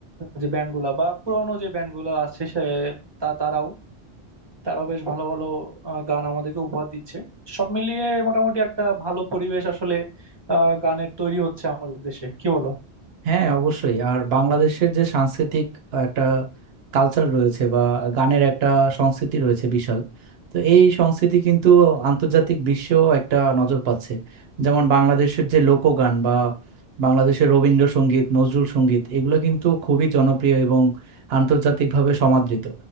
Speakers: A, on the right; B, on the right.
A: যে ব্যান্ড গুলা বা পুরোনো যে ব্যান্ড গুলা আছে সে তা তারাও তারাও বেশ ভালো ভালো আহ, গান আমাদেরকে উপহার দিচ্ছে সব মিলিয়ে মোটামুটি একটা ভালো পরিবেশ আসলে আহ, গানের তৈরি হচ্ছে আমাদের দেশে কি বলো
B: হ্যাঁ অবশ্যই আর বাংলাদেশের যে সাংস্কৃতিক একটা কালচার রয়েছে বা গানের একটা সংস্কৃতি রয়েছে বিশাল তো এই সংস্কৃতি কিন্তু আন্তর্জাতিক বিশ্বেও একটা নজর পাচ্ছে যেমন বাংলাদেশের যে লোকগান বা বাংলাদেশের রবীন্দ্রসঙ্গীত নজরুল সঙ্গীত এগুলো কিন্তু খুবই জনপ্রিয় এবং আন্তর্জাতিকভাবে সমাদৃত